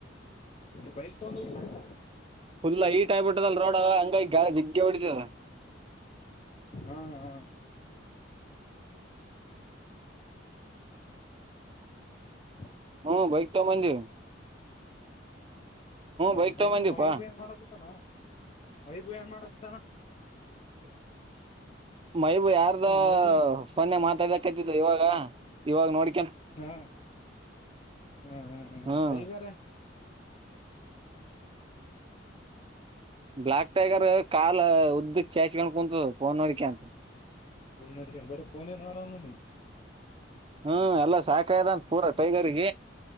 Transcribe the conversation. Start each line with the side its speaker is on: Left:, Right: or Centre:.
Left: ಬೈಕ್ <inaudible>
Right: ಫುಲ್ ಹೈಟ್ ಆಗಿಬಿಟ್ಟದಲ್ ರೋಡ್ ಹಂಗ ಈ ಗಾಳ ಜಿಗ್ಗೆ ಹೊಡತದ
Left: ಹಾ ಹಾ <inaudible>
Right: ಹ್ಮ್ ಬೈತ ಮಂದಿರ
Left: ಹ
Right: ಬೈಕ್
Left: ಮೈಬ
Right: ತಗೊಂಬಂದಿವಿಪಾ
Left: ಮೈಬ ಏನ್ ಮಾಡ ಗತ್ತಾನ ಮೈಬೂ ಏನ್ ಮಾಡಕತಾನ
Right: ಹ್ಮ್ <inaudible> ಮೈಬೂ ಯಾರ್ದ
Left: ಮೈಬೂ ಏನ್
Right: ಫನ್ನೆ ಮಾತಾಡಕತಿದ್ದ ಇವಾಗ ಇವಾಗ ನೋಡಿ
Left: ಹಾ ಹ
Right: ಹ್ಮ್
Left: <inaudible> ಟೈಗರ್
Right: ಬ್ಲ್ಲಾಕ್ ಟೈಗರ್ ಕಾಲ ಉದ್ದ ಚೇಚ್ಕೊಂಡು ಕುೂಂತ ಪೋನ್ ನೋಡಕೆಂತ
Left: ಹ ನೋಡ್ ಬರ ಫೋನೇ ನೋಡ್ <inaudible>
Right: ಹ್ಮ್ ಎಲ್ಲ ಸಾಕಾಯದಂತ ಪೂರ ಟೈಗರ್ಗ